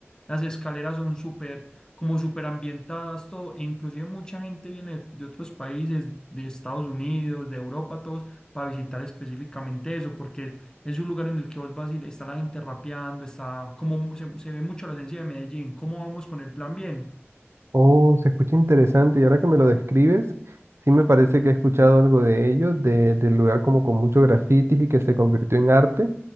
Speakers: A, on the left; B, on the right.
A: las escaleras son súper, como súper ambientadas, todo. E inclusive mucha gente viene de, de otros países, de Estados Unidos, de Europa, todos, para visitar específicamente eso, porque es un lugar en el que vos vas y le- está la gente rapeando, está como mu- se, se ve mucho la esencia de Medellín. ¿Cómo vamos con el plan bien?
B: Oh, se escucha interesante y ahora que me lo describes, sí me parece que he escuchado algo de ello, de, del lugar como con muchos grafitis y que se convirtió en arte,